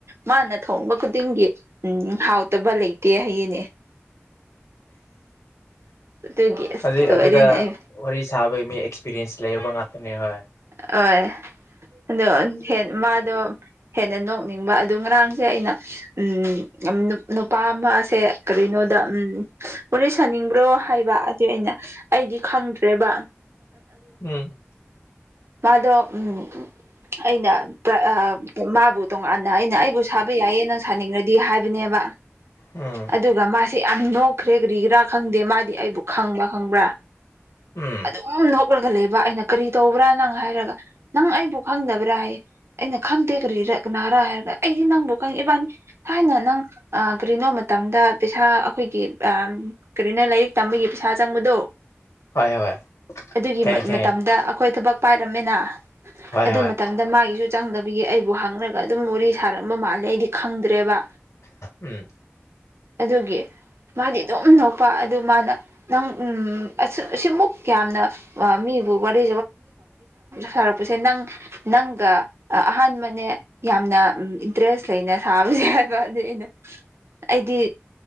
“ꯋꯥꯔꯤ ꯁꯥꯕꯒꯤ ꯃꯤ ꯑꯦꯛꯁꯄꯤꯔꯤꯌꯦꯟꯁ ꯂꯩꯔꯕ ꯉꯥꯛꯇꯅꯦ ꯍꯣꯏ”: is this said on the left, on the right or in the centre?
Left